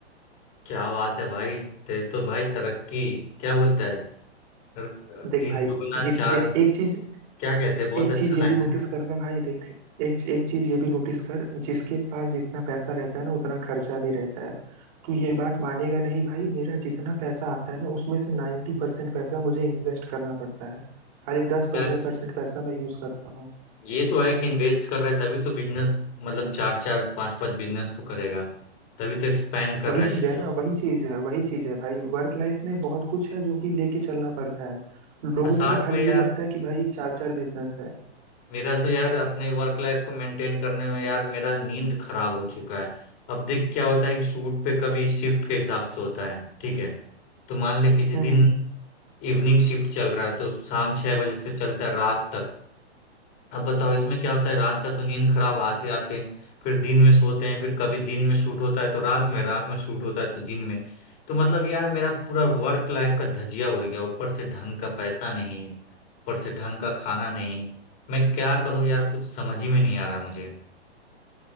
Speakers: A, on the left (about 25°); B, on the right (about 35°).
A: क्या बात है भाई ते तो भाई तरक्की क्या बोलता है र-
B: देख
A: दिन
B: भाई
A: दुगना
B: जित
A: चार
B: देख एक चीज
A: क्या कहते हैं बहुत
B: एक
A: अच्छा
B: चीज ये
A: लाइन
B: भी नोटिस
A: है ना
B: करना भाई देख एक एक चीज ये भी नोटिस कर जिसके पास जितना पैसा रहता है ना उतना खर्चा भी रहता है तू ये बात मानेगा नहीं भाई मेरा जितना पैसा आता है ना उसमें से नाइन्टी परसेंट पैसा मुझे इन्वेस्ट करना पड़ता है खाली दस पंद्रह
A: यार।
B: परसेंट पैसा मैं यूज करता हूँ
A: ये तो है कि इन्वेस्ट कर रहा है तभी तो बिजनेस मतलब चार चार पांच पांच बिजनेस तो करेगा तभी तो एक्सपैंड कर
B: वही
A: रहा है
B: चीज
A: चीजों
B: है ना
A: को
B: वही चीज है वही चीज है भाई वर्क लाइफ में बहुत कुछ है जो कि लेके चलना पड़ता है लोगों
A: और साथ
B: को तो खाली
A: में यार
B: ये लगता है कि भाई चार चार बिजनेस है
A: मेरा तो यार अपने वर्क लाइफ को मेंटेन करने में यार मेरा नींद खराब हो चुका है अब देख क्या होता है कि शूट पे कभी शिफ्ट के हिसाब से होता है ठीक है तो मान ले किसी
B: हम्म
A: दिन
B: हम्म
A: इवनिंग शिफ्ट चल रहा है तो शाम छह बजे से चलता है रात तक अब बताओ इसमें क्या होता है रात का तो नींद खराब आते आते फिर दिन में सोते हैं फिर कभी दिन में शूट होता है तो रात में रात में शूट होता है तो दिन में तो मतलब यार मेरा पूरा वर्क लाइफ का धजिया उड़ गया ऊपर से ढंग का पैसा नहीं ऊपर से ढंग का खाना नहीं मैं क्या करूं यार कुछ समझ ही में नहीं आ रहा मुझे